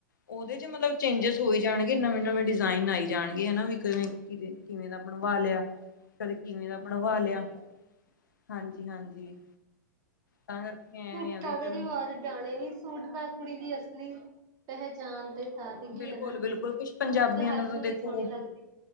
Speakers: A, on the left (about 75°); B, on the right (about 35°).
A: ਓਹਦੇ ਚ ਮਤਲਬ ਚੇਂਜਸ ਹੋਈ ਜਾਣਗੇ, ਨਵੇਂ -ਨਵੇਂ ਡਿਜ਼ਾਇਨ ਆਈ ਜਾਣਗੇ ਹਨਾ ਕਿਵੇਂ ਦਾ ਬਣਵਾ ਲਿਆ, ਕਦੇ ਕਿਵੇਂ ਦਾ ਬਣਵਾ
B: ਹਾਂਜੀ,
A: ਲਿਆ, ਹਾਂਜੀ- ਹਾਂਜੀ। ਤਾਂ ਕਰਕੇ
B: ਸੂਟਾ
A: ਐਵੇਂ ਆ ਵੀ
B: ਦੇ
A: ਚਲੋ
B: ਰਿਵਾਜ ਜਾਣੇ ਨੀ। ਸੂਟ ਤਾ ਕੁੜੀ ਦੀ ਅਸਲੀ ਪਹੇਚਾਣ ਤੇ ਸ਼ਾਨ। ਹੈਗੀ
A: ਬਿਲਕੁਲ
B: ਹਨਾ,
A: ਬਿਲਕੁਲ ਕੁਛ ਪੰਜਾਬੀਆਂ
B: ਸੂਟ ਚ ਹਰ
A: ਦਾ ਤਾਂ
B: ਕੁੜੀ
A: ਦੇਖੋ
B: ਸੋਹਣੀ ਲੱਗਦੀ।